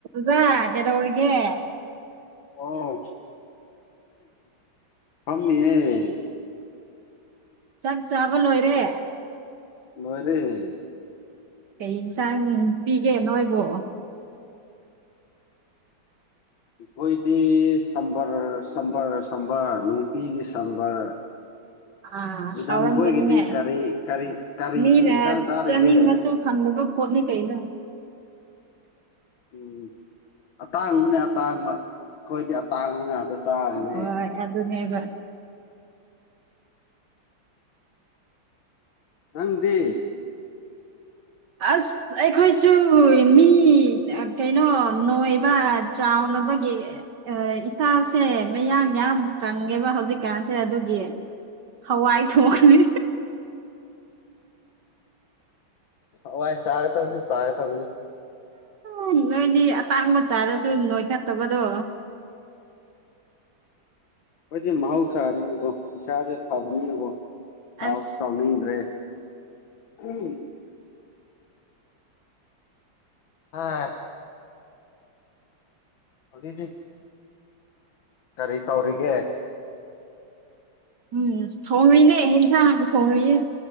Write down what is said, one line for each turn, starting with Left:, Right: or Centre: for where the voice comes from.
Right: ꯔꯖꯥ ꯀꯦꯗꯧꯔꯤꯒ
Left: ꯑꯣ ꯑꯃ ꯌꯦ
Right: ꯆꯥꯛ ꯆꯥꯕ ꯂꯣꯏꯔꯦ
Left: ꯃꯔꯤꯦ
Right: ꯀꯩ ꯏꯟꯁꯥꯡ ꯄꯤꯒꯦ ꯅꯣꯏꯕꯨ
Left: ꯑꯩꯈꯣꯏꯗꯤ ꯁꯝꯕꯔ ꯁꯝꯕꯔ ꯁꯝꯕꯔ ꯅꯨꯡꯇꯤꯒꯤ ꯁꯝꯕꯔ
Right: ꯑꯥ
Left: ꯃꯤꯗꯝ
Right: ꯍꯥꯎꯔꯝꯒꯅꯤꯅꯦ
Left: ꯈꯣꯏꯒꯤꯗꯤ ꯀꯔꯤ ꯀꯔꯤ ꯀꯔꯤ
Right: ꯃꯤꯅ
Left: ꯏꯟꯁꯥꯡ ꯆꯥꯔꯤꯒꯦ
Right: ꯆꯥꯅꯤꯡꯉꯁꯨ ꯐꯪꯗꯕ ꯍꯣꯠꯅꯤ ꯀꯩꯩꯅ
Left: ꯎꯝ ꯑꯇꯥꯡꯕꯅꯦ ꯑꯇꯥꯡꯕ ꯑꯩꯈꯣꯏꯗꯤ ꯑꯇꯥꯡꯕ ꯉꯥꯛꯇ ꯆꯕꯅꯦ
Right: ꯍꯣꯏ ꯑꯗꯨꯅꯦꯕ
Left: ꯅꯪꯗꯤ
Right: ꯑꯁ ꯑꯩꯈꯣꯏꯁꯨ ꯃꯤ ꯀꯩꯅꯣ ꯅꯣꯏꯕ ꯆꯥꯎꯅ ꯅꯕꯒꯤ ꯏꯁꯥꯁꯦ ꯃꯌꯥꯡ ꯌꯥꯝ ꯀꯪꯉꯦꯕ ꯍꯧꯖꯤꯛꯀꯥꯟꯁꯦ ꯑꯗꯨꯒꯤ ꯍꯋꯥꯏ ꯊꯅꯤ
Left: ꯑꯋꯥ ꯆꯥꯒꯅꯤ ꯆꯥꯒ ꯊꯕꯨꯅꯤ
Right: ꯎ ꯅꯣꯏꯗꯤ ꯑꯇꯥꯡꯕ ꯆꯥꯔꯁꯨ ꯅꯣꯏꯈꯠꯇꯕꯗꯣ
Left: ꯑꯩꯣꯏꯗꯤ ꯃꯍꯧꯁꯥꯔꯤꯅꯗꯣ ꯏꯁꯥꯗꯦ ꯐꯕꯅꯤꯅꯕꯨꯣꯁꯨ
Right: ꯑꯁ
Left: ꯇꯥꯎꯅꯤꯡꯗ꯭ꯔꯦ ꯎ ꯑ ꯍꯕꯤꯗꯤꯞ ꯀꯔꯤ ꯇꯧꯔꯤꯒꯦ
Right: ꯎꯝ ꯊꯣꯡꯔꯤꯅꯦ ꯏꯟꯁꯥꯡ ꯊꯣꯡꯌꯦ